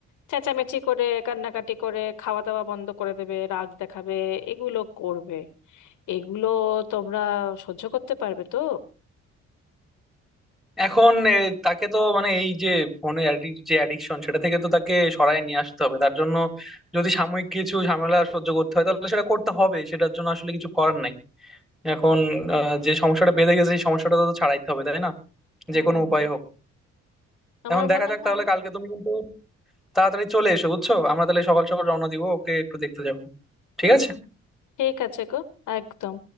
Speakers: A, on the left; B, in the centre.
A: চেঁচামেচি করে কান্নাকাটি করে খাওয়া দাওয়া বন্ধ করে দেবে রাগ দেখাবে এগুলো করবে এগুলো তোমরা সহ্য করতে পারবে তো
B: এখন এ, তাকে তো মানে এই যে ফোনে যে অ্যাডিকশন সেটা থেকে তো তাকে সরায় নিয়ে আসতে হবে তার জন্য যদি সাময়িক কিছু ঝামেলা সহ্য করতে হয় তাহলে সেটা করতে হবে সেটার জন্য আসলে কিছু করার নাই এখন আহ, যে সমস্যাটা বেঁধে গেছে সেই সমস্যাটা তো ছাড়াইতে হবে তাই না
A: হুম
B: যে কোনো উপায় হোক
A: আমার
B: এখন দেখা
A: মনে
B: যাক
A: হয়
B: তাহলে কালকে তুমি কিন্তু তাড়াতাড়ি চলে এসো বুঝছো আমরা তাহলে সকাল সকাল রওনা দিব ওকে একটু দেখতে যাবো ঠিক
A: হুম
B: আছে
A: হুম, ঠিক আছে গো একদম